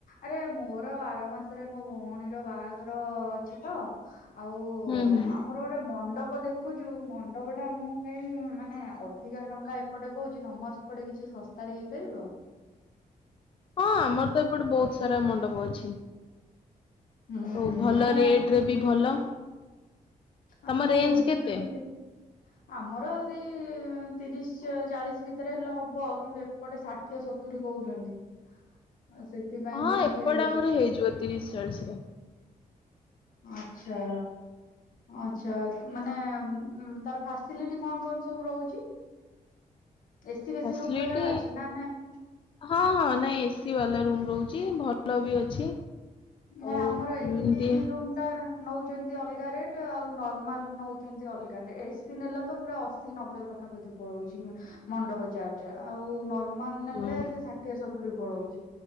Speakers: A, on the left (about 70°); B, on the left (about 35°).
A: ଆରେ ମୋର ଆର ମାସରେ ମୋ ଭଉଣୀର ବାହାଘର ଅଛି ତ ଆଉ
B: ହୁଁ ହୁଁ।
A: ଆମର ଗୋଟେ ମଣ୍ଡପ ଦେଖୁଛୁ ମଣ୍ଡପ ଟା ମୁଁ ପାଇଁ ମାନେ ଅଧିକା ଟଙ୍କା ଏପଟେ କହୁଛି ତମର ସେପଟେ କିଛି ଶସ୍ତାରେ ହେଇପାରିବ।
B: ହଁ ଆମର ତ ଏପଟେ ବହୁତ ସାରା ମଣ୍ଡପ ଅଛି।
A: ହୁଁ
B: ଓ ଭଲ
A: ମାନେ
B: ରେଟ ରେ ବି ଭଲ। ତମ
A: ଆମେ
B: ରେଞ୍ଜ
A: ଖୋଜୁଚୁ
B: କେତେ?
A: ଟିକେ ଆମର ସେଇ ତିରିଶ ଚା ଚାଳିଶ ଭି ତରେ ହେଲେ ହବ କିନ୍ତୁ ଏପଟେ ଷାଠିଏ ସତୁରି କହୁଛନ୍ତି। ଆଉ ସେଥିପାଇଁ
B: ହଁ
A: କି ଟିକେ
B: ଏପଟେ ଆମର ହେଇଯିବ ତିରିଶ ଚାଳିଶରେ।
A: ଆଚ୍ଛା। ଆଚ୍ଛା ମାନେ ତାର ଫାସିଲିଟି କଣ କଣ ସବୁ ରହୁଚି। ଏ ସି ଫେସି
B: ଫାସିଲିଟି
A: ରୁମ୍ ବଗେରା ଅଛି ନା ନାଇଁ?
B: ହଁ ହଁ ନାଇଁ ଏ ସି ବାଲା ରୁମ ରହୁଛି ଭଲ ବି ଅଛି।
A: ନା
B: ଆଉ
A: ଆମର ଏ
B: ଏମତି
A: ସି ରୁମ ଟା ନା। ନେଉଛନ୍ତି ଅଲଗା ରେଟ୍ ଆଉ ନର୍ମାଲ ନେଉଛନ୍ତି ଅଲଗା ରେ ଏ ସିି ନେଲେ ତ ପୁରା ଅଶୀ ନବେ ପାଖାପାଖି। ପଳଉଛି ମଣ୍ଡପ ଚାର୍ଜ ଆଉ ନ ମନ ନେଲେ
B: ହଁ
A: ସେ ଷାଠିଏ ସତୁରି ପଳଉଚି